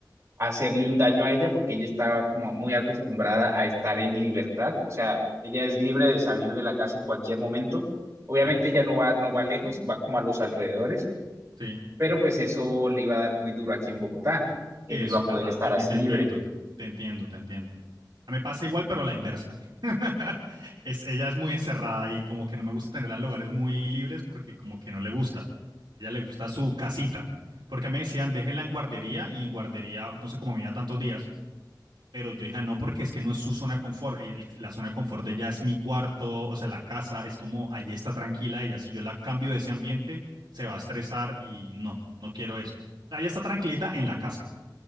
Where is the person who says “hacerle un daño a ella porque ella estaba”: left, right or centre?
Right